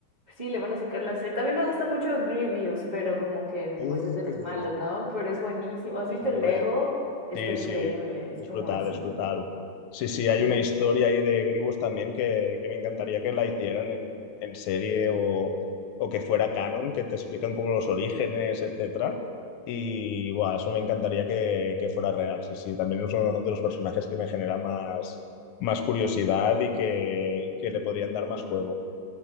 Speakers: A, on the right (about 35°); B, on the left (about 75°).
A: Sí, le van a sacar la serie. También me gusta mucho Grievous, pero como que
B: Oh,
A: pues es de
B: qué
A: los
B: bueno.
A: malos, ¿no? Pero es buenísimo. ¿Has visto
B: No,
A: el
B: hombre,
A: Lego? Está
B: sí,
A: increíble,
B: sí,
A: es
B: es
A: como
B: brutal,
A: así.
B: es brutal. Sí, sí, hay
A: Sí.
B: una historia ahí de Gribus también que, que me encantaría que la hicieran en, en serie o, o que fuera canon, que te explican como los orígenes, etcétera. Y bueno, eso me encantaría que, que fuera real. Sí, sí, también es uno de los personajes que me genera más, más curiosidad y que, que le podrían dar más juego.